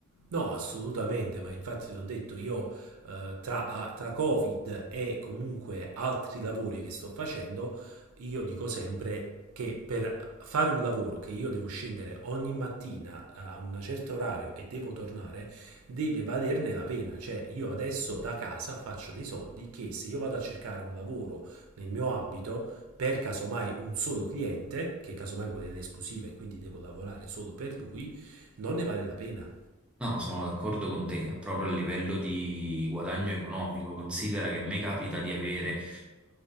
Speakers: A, on the right; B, in the centre.
A: No, assolutamente, ma infatti ti ho detto io eh, tra, a- tra Covid e comunque altri lavori che sto facendo, io dico sempre che per fare un lavoro che io devo scendere ogni mattina eh, a un certo orario e devo tornare, deve valerne la pena. Cioè, io adesso da casa faccio dei soldi che se io vado a cercare un lavoro nel mio ambito, per casomai un solo cliente, che casomai vuole le esclusive e quindi devo lavorare solo per lui, non ne vale la pena.
B: No, sono d'accordo con te, proprio a livello di guadagno economico. Considera che a me capita di avere, eh,